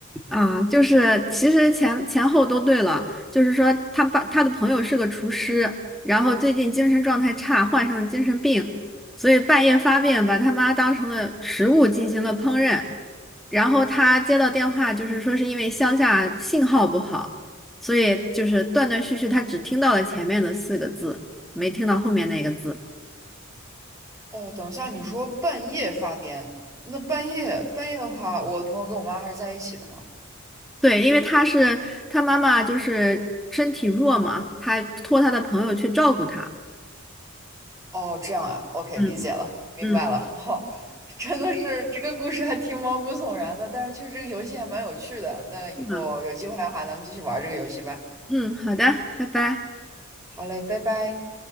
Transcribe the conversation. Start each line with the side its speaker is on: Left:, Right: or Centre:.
Centre: 啊，就是其实前前后都对了，就是说他爸他的朋友是个厨师，然后最近精神状态差，患上了精神病，所以半夜发病，把他妈当成了食物进行了烹饪，然后他接到电话，就是说是因为乡下信号不好，所以就是断断续续，他只听到了前面的四个字，没听到后面那个字。
Right: 哦，等一下，你说半夜发癫，那半夜半夜的话，我的朋友跟我妈还是在一起的吗？
Centre: 对，因为他是他妈妈就是身体弱嘛，他托他的朋友去照顾他。
Right: 哦，这样啊，OK，
Centre: 嗯
Right: 理解了，明白了。
Centre: 嗯。
Right: 哦，<laughs> 真的是这个故事还挺毛骨悚然的，但是确实这个游戏还蛮有趣的。那以后有机会的话，
Centre: 嗯。
Right: 咱们继续玩这个游戏吧。
Centre: 嗯，好的，拜拜。
Right: 好嘞，拜拜。